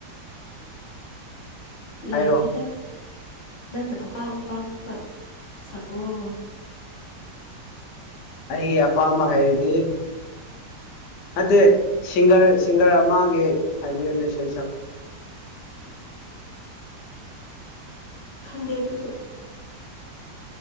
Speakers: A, on the left; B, on the left.
A: ꯂꯩꯥꯏꯇꯗ
B: ꯍꯥꯏꯔꯣ
A: ꯅꯪꯅ ꯑꯄꯥꯝ ꯑꯄꯥꯝꯕ ꯁꯛꯑꯣ
B: ꯑꯩꯒꯤ ꯑꯄꯥꯝꯕ ꯍꯥꯏꯩꯔꯗꯤ ꯅꯠꯇꯦ ꯁꯤꯡꯒꯔ ꯁꯤꯡꯒꯔ ꯑꯃꯒꯤ ꯍꯥꯏꯕꯤꯔꯝꯅꯦ ꯁ ꯁꯛ
A: ꯎꯝ ꯈꯪꯗꯦ ꯇꯨꯁꯨ